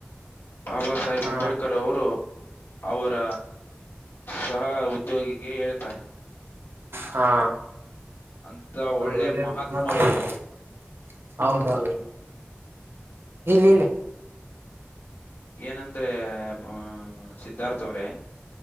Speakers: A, on the left; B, on the right.
A: ಬಾಬಾ ಸಾಹೇಬ್
B: ಹ್ಮ
A: ಅಂಬೇಡ್ಕರ್ ಅವರು ಅವರ. ಸಹ ಉದ್ಯೋಗಿಗೆ ಹೇಳ್ತಾರೆ.
B: ಹಾ
A: ಅಂತ
B: ಒಳ್ಳೆ.
A: ಮಹಾತ್ಮರವರು
B: <unintelligible> ಹೌದಾ ಇಲ್ಲಿಲ್ಲಿ.
A: ಏನಂದ್ರೆ ಅ ಸಿದ್ಧಾರ್ಥವ್ರೆ.